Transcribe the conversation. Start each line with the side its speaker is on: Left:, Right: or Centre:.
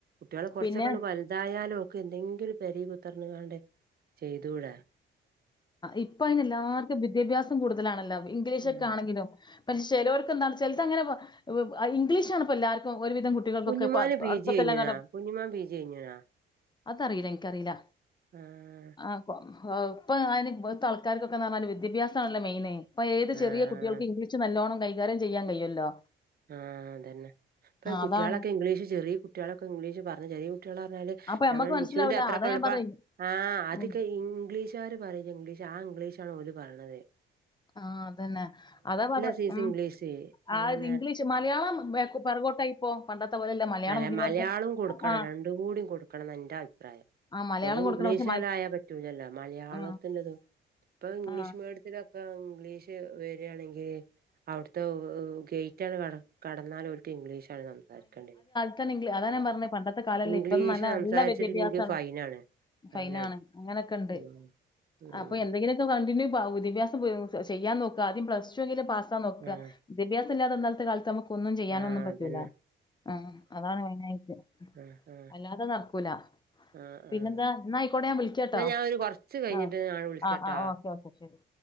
Right: കുട്ടേള് കുറച്ചൊക്കണ്ട്
Left: പിന്നെ
Right: വല്താ വൽതായാല് ഒൾക്ക് എന്തെങ്കിലും പെരി കുത്തിർന്ന് കാണ്ടേ ചെയ്തുടെ
Left: ഇപ്പൊ അയിന് എല്ലാർക്കും വിദ്യാഭ്യാസം കൂടുതലാണല്ലോ ഇംഗ്ലീഷ്ഒക്കെ
Right: ആഹ്
Left: ആണെങ്കിലും പക്ഷെ ചെലോർക്ക്‌ എന്താന്നോ ചെലത് അങ്ങനെ ഇംഗ്ലീഷ് ആണ്പ്പോ എല്ലാർക്കും ഒരുവിധം കുട്ടികൾക്കൊക്കെ
Right: കുഞ്ഞുമോന്
Left: ഇപ്പൊ
Right: പി
Left: അടു പ്പത്തെല്ലാക്കാരം
Right: ജി കഴിഞ്ഞ്ണാ കുഞ്ഞുമോൻ പി ജി കഴിഞ്ഞ്ണാ
Left: അതറിയില്ല എനിക്കറിയില്ല
Right: ആഹ്
Left: ആഹ് ഇപ്പ അയിന് പ്പത്തെ ആൾക്കാർക്കൊക്കെ പറഞ്ഞാല് വിദ്യാഭ്യാസാണല്ലേ മെയിന് ഇപ്പൊ ഏത്
Right: ആഹ്
Left: ചെറിയ കുട്ടികൾക്ക ഇംഗ്ലീഷ് നല്ലോണം കൈകാര്യം ചെയ്യാൻ കയ്യുല്ലോ
Right: ആഹ് അതന്നെ പ്പൊ കുട്ടിളേക്കെ
Left: അതാണ്
Right: ഇംഗ്ലീഷ് ചെറിയ കുട്ടികളൊക്കെ ഇംഗ്ലീഷ് പറഞ്ഞ്ചെറിയ കുട്ടികളേ പറഞ്ഞാല്
Left: അപ്പൊ നമ്മക്ക്
Right: നമ്മളെ
Left: മനസ്സിലാവൂല.
Right: നിഷുന്റെ അത്രൊക്കെ
Left: അതാ
Right: ഉള്ളപ്പൊ
Left: ഞാൻ പറഞ്ഞേ.
Right: ആഹ് അതൊക്കെ
Left: ഉം.
Right: ഇംഗ്ലീഷ് മറ്റോര് പറയില്ലേ ഇംഗ്ലീഷ് ആ ഇംഗ്ലീഷാണ് ഓല് പറയ്ണത്
Left: ആഹ് അതന്നെ അതാ പറഞ്ഞ
Right: സൈസ്
Left: ഉം
Right: ഇംഗ്ലീഷ് അതന്നെ
Left: ആത് ഇംഗ്ലീഷ് മലയാളം ബേക് പെറകോട്ടായിപ്പോ പണ്ടത്തെ പോലെയല്ല മലയാളം
Right: അല
Left: വിദ്യാഭ്യാസം.
Right: മലയാളം കൊടുക്കണം
Left: ആ
Right: രണ്ടും കൂടി കൊടുക്കണംന്ന ന്റെ അഭിപ്രായം
Left: ആ മലയാളം
Right: വെറും
Left: കൊടുക്കണം.
Right: ഇംഗ്ലീഷ്
Left: പക്ഷെ മൽ
Right: ആയാ പറ്റൂലല്ലോ മലയാളത്തിലതും
Left: ആ
Right: ഇപ്പൊ ഇംഗ്ലീഷ്
Left: ആ
Right: മീഡിയത്തില് ഇപ്പോ ഇംഗ്ലീഷ് വരിയാണെങ്കിൽ അവിടുത്തെ ഗേറ്റ് അങ്ങ്ട്ട്ണ് കട കടന്ന പിന്നെ ഇംഗ്ലീഷാണ് സംസാരിക്കേണ്ടത്
Left: ഒക്കെന്ന് ഇംഗ്ലീഅതാ ഞാൻ പറഞ്ഞെ പണ്ടത്തെ കാലല്ല
Right: ഇംഗ്ലീഷ്
Left: ഇപ്പൊന്ന് നല്ല
Right: സംസാരിച്ചിട്ടില്ലെങ്കിൽ
Left: വിദ്യാഭ്യാസാണ്
Right: ഫൈനാണ് ഫൈനാണ്
Left: ഫൈന് ആണ് അങ്ങനൊക്കെണ്ട്
Right: ഉം ഉം
Left: അപ്പൊ എന്തെങ്കിലൊക്കെ കണ്ടിന്യൂ പാവുതി ഭ്യാസം ചെയ്യാൻ നോക്കാ ആദ്യം പ്ലസ് ടു എങ്കിലും പാസാ നോക്കാ
Right: ആഹ്
Left: വിദ്യാഭ്യസം ഇല്ലാതെ ഇന്നാലത്തെ കാലത്ത് നമുക്ക് ഒന്നും ചെയ്യാനൊന്നും
Right: ആഹ്
Left: പറ്റൂല്ല
Right: അതന്നെ
Left: ആഹ് അതാണ് മയിനായിട്ട്
Right: ആഹ് ആഹ്
Left: അല്ലാതെ നടക്കൂല
Right: ആഹ്
Left: പിന്നെന്താ
Right: ആഹ്
Left: എന്നാ അയ്ക്കോട്ട ഞാൻ വിളിക്കാട്ടോ
Right: എന്നാ ഞാൻ ഒരു കൊറച്ച് കഴിഞ്ഞിട്ട്
Left: ആഹ്
Right: ഞാൻ വിളിക്കട്ടാ
Left: ആഹ് ആഹ് ഓക്കെ ഓക്കെ ശരി